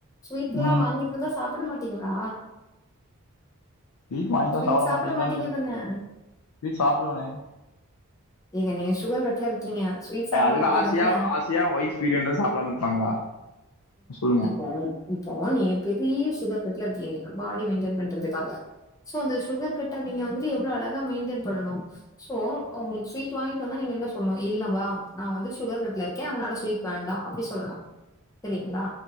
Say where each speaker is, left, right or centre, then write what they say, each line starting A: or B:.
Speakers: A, on the left; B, on the left.
A: ஸ்வீட் எல்லாம்
B: ம்
A: வாங்கிட்டு வந்தா சாப்பட மாட்டீங்களா
B: டீவ் வாங்கிட்டுவா
A: ஸ்வீட்
B: சாப்ட
A: சாப்பிட
B: மாட்டீங்களனு
A: மாட்டீங்க தான
B: ஸ்வீட் சாப்டுவேனே
A: ஏங்க நீங்க சுகர் கட்ல இருக்கீங்க ஸ்வீட் சாப்பிட
B: ஏங்க அதுக்கு
A: மாட்டீங்க
B: ஆசியா
A: தான
B: ஆசியா ஒயிப் ஸ்வீட் தந்தா சாப்டாமா இருப்பாங்களா சொல்லுங்க
A: ம் இப்போ நீ பெரிய சுகர் கட்ல இருக்கிங்க பாடி மெயின்டென் பண்றதுக்காக சோ அந்த சுகர் கட்ட நீங்க வந்துட்டு எவ்ளோ அழகா மெயின்டென் பண்ணனும் சோ ஒங்களுக்கு ஸ்வீட் வாங்கிட்டு வந்தா நீங்க என்ன சொல்லணும் இல்லவா நா வந்து சுகர் கட்ல இருக்கேன் அதனால ஸ்வீட் வேண்டாம் அப்டி சொல்லணும் செரிங்களா